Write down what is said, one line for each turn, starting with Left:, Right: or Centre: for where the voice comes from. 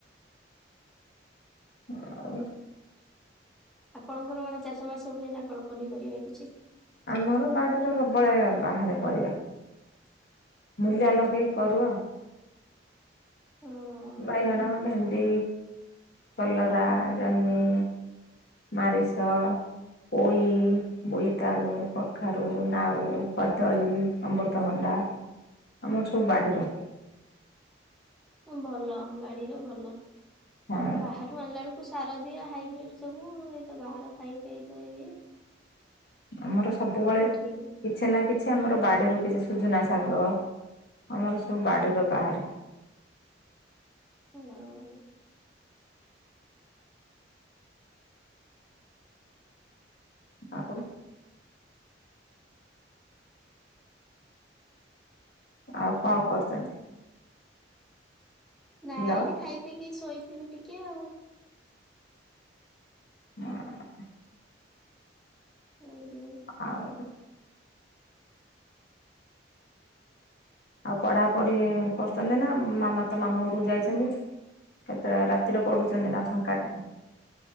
Left: ଆଉ
Centre: ଆପଣଙ୍କର କଣ ଚାଷ ବାସ ହୁଏ ନା କଣ ପନିପରିବା କିଛି?
Left: ଆମର ବାଡ଼ିରେ ତ ସବୁବେଳେ ବାହାରେ ପରିବା। ମୂଲିଆ ଲଗେଇକି କରୁ ଆଉ।
Centre: ହଁ
Left: ବାଇଗଣ, ଭେଣ୍ଡି, କଲରା, ଜହ୍ନି ମାରିଷ, ପୋଇ, ବୋଇତାଳୁ କଖାରୁ, ନାଉ, କଦଳୀ, ଅମୃତଭଣ୍ଡା ଆମର ସବୁ ବାଡ଼ିରେ।
Centre: ଭଲ ବାଡିର ଭଲ
Left: ହଁ
Centre: ବାହାରୁ ଅଣିଲା ବେଳକୁ ସାର ଦିଆ ହାଇବ୍ରିଡ ସବୁ ଏତ ବାହାର ଖାଇ ଖାଇ ତଇ
Left: ଆମର ସବୁବେଳେ କିଛି
Centre: ଠିକ
Left: ନା କିଛି ଆମର ବାଡ଼ିରୁ କିଛି ସୁଜୁନା ଶାଗ ଆମର ସବୁ ବାଡ଼ିର ବାହାରେ
Centre: ହୁ <unintelligible>
Left: ଆପ <unintelligible> ଆଉ କଣ କରୁଛନ୍ତି?
Centre: ନା
Left: ହ୍ୟାଲୋ
Centre: ଏଇଠି ଖାଇ ପିଇକିି ଶୋଇଥିଲୁ ଟିକେ ଆଉ।
Left: ହଁ
Centre: ହ ନ <unintelligible>
Left: ଆଉ ଆଉ ପଢାପଢି କରୁଛନ୍ତି ନା ମାମା ତ ମାମୁଁ ଘରକୁ ଯାଇଛନ୍ତି କେତେ ରାତି ଏଥିରେ ପଡ଼ୁଛନ୍ତି ନା ଫାଙ୍କାଟା।